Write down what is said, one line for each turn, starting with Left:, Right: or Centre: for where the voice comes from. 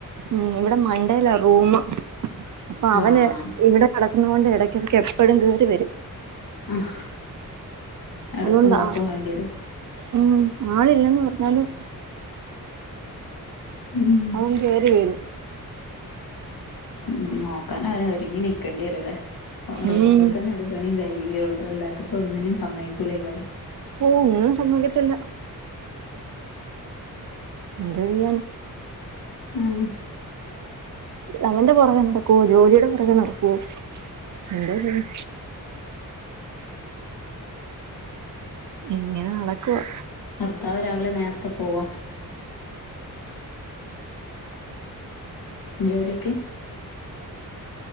Right: ഉം ഇവടെ മണ്ടേലാ റൂമ് അപ്പൊ
Left: ആഹ്
Right: അവന് ഇവടെ കടക്ക്ന്നോണ്ട് എടെക്കെടെയ്ക്ക് എപ്പഴും കേറി വെരും
Left: ഹ് എടക്ക്
Right: അതുകൊണ്ടാ
Left: നോക്കും വേണ്ടി വെരും
Right: ഉം ആളില്ലെന്ന് പറഞ്ഞാലും
Left: ഉം
Right: ഓൻ കേറിവെരും
Left: ഉം നോക്കാനവനെ ഒരുങ്ങിനിക്കണ്ടി വെരും ല്ലേ ഒറങ്ങുമ്പോത്തെന്നൊരു
Right: ഉം
Left: പണിയും കഴിയുകയൊള്ളു അല്ലാത്തപ്പോ ഒന്നിനും സമ്മക്കൂലേയ്ക്കാരം
Right: ഓ ഒന്നും സമ്മക്കത്തില്ല എന്തോ ചെയ്യാൻ
Left: ഉം
Right: അവന്റെ പുറകെ നടക്കുവോ ജോലിയുടെ പുറകെ നടക്കുവോ എന്തോ ചെയ്യും ഇങ്ങനെ നടക്കവാ
Left: ഭർത്താവ് രാവിലെ നേരത്തെ പോവാ ജോലിക്ക്